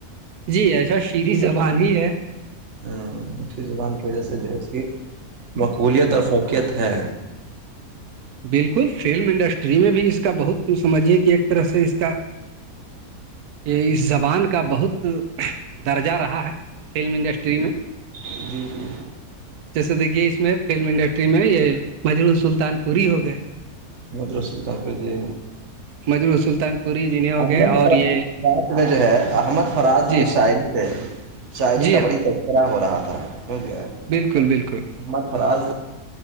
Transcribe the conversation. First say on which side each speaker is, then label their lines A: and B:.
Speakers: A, on the right (about 80°); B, on the right (about 50°).
A: جی ایسا شیریں زبان ہی ہے
B: ہاں مھی زبان کی وجہ سے جو ہے اس کی مقبولیت اور فوکیت ہے
A: بالکل فلم انڈسٹری میں بھی اس کا بہت ت سمجھیے کہ ایک طرح سے اس کا یہ اس زبان کا بہت درجہ رہا ہے فلم انڈسٹری میں
B: جی جی جی
A: جیسے دیکھیے اس میں فلم انڈسٹری میں یہ مجرور سلطان پوری ہو گئے
B: مدرستا کو دی
A: مج سلطان پوری جنہیں ہو
B: احمد
A: گئے اور
B: فراز
A: یہ
B: رات میں جو ہے احمد فراز
A: جی
B: کی شاعری سے شاعری
A: جی
B: کا
A: ہاں
B: بڑی تذکرہ ہو رہا تھا سمجھ گیا
A: بالکل بالکل
B: محمد فراز